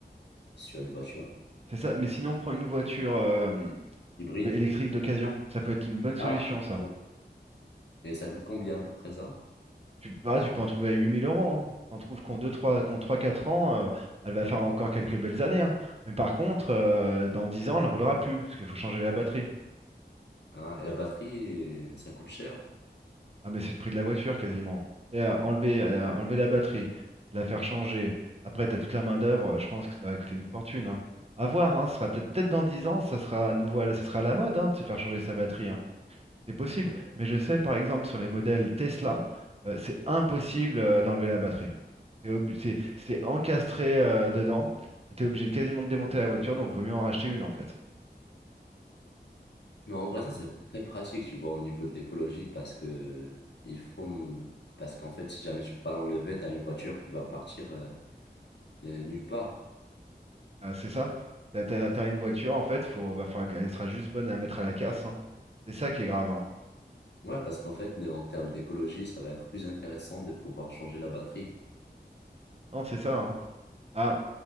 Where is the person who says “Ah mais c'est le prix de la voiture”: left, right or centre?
Right